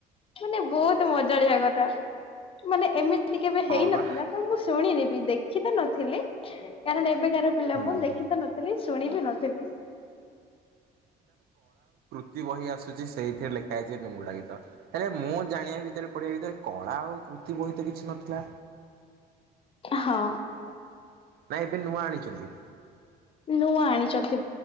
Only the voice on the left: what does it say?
ମାନେ ବହୁତ ମଜାଳିଆ କଥା, ମାନେ ଏମି ତି କେବେ ହେଇ
ନଥିଲା
ତ ମୁଁ ଶୁଣିନି ବି, ଦେଖି ତ ନଥିଲି। କାରଣ ଏବେ କାର ପିଲା
ମୁଁ ଦେଖି ତ ନଥିଲି, ଶୁଣି ବି ନଥିଲି।
ହଁ।
ନୂଆ ଆଣିଛନ୍ତି